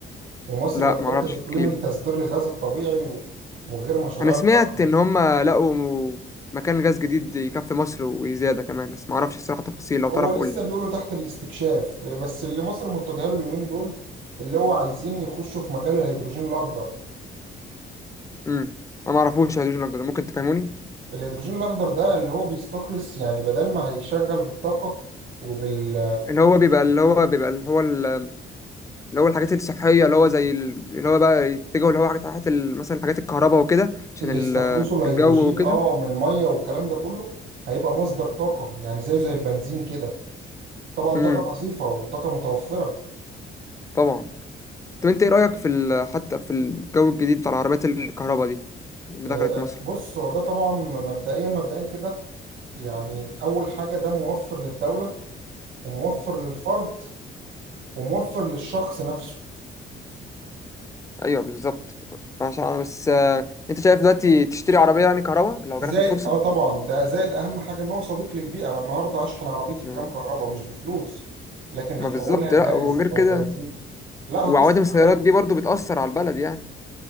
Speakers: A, on the right (about 75°); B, on the left (about 15°).
A: ومصر
B: لا
A: بقت
B: ما
A: مركز
B: اعرفش
A: إقليمي
B: احكيلي
A: لتصدير الغاز الطبيعي و... وغير مشاريع
B: انا سمعت
A: الضخمة
B: ان هم لقوا مكان غاز جديد يكفي مصر وزياده كمان بس ما اعرفش الصراحه تفاصيل لو
A: هو
B: تعرف
A: لسه
B: قول لي
A: بيقولوا تحت الاستكشاف بس اللي مصر متجهة له اليومين دول اللي هو عايزين يخشوا في مجال الهيدروجين الأخضر
B: امم انا ما اعرفوش الهيدروجين الاخضر ده ممكن تفهموني
A: الهيدروجين الأخضر ده اللي هو بيستخلص يعني بدل ما هيشغل بالطاقة وبال
B: اللي هو بيبقى اللي هو بيبقى اللي هو ال- اللي هو الحاجات الصحيه اللي هو زي ال- اللي هو بقى يتجهوا اللي هو حاجات حاجات ال- مثلا حاجات الكهرباء وكده عشان
A: يستخلصوا
B: ال-
A: الهيدروجين
B: الجو وكده
A: اه من الميه والكلام ده كله هيبقى مصدر طاقه يعني زيه زي البنزين كده طبعا
B: امم
A: طاقه نظيفه وطاقه متوفره
B: طبعا طب انت ايه رايك في ال- حتى في الجو الجديد بتاع العربيات الكهرباء دي اللي
A: آه،
B: دخلت مصر
A: بص هو ده طبعا مبدئيا مبدئيا كده يعني اول حاجه ده موفر للدوله وموفر للفرد وموفر للشخص نفسه
B: ايوه بالظبط فعشان انا بس آه، انت شايف دلوقتي تشتري عربيه يعني كهرباء لو
A: زائد
B: جالك الفرصه
A: اه طبعا ده زائد اهم حاجه ان هو صديق للبيئه انا النهارده هشحن عربيتي
B: ما
A: بكام كهرباء مش بفلوس لكن
B: ما
A: هفولها
B: بالظبط لا
A: غاز
B: وغير كده
A: او بنزين لا هتصرف
B: وعوادم السيارات
A: عليا.
B: دي برضو بتأثر على البلد يعني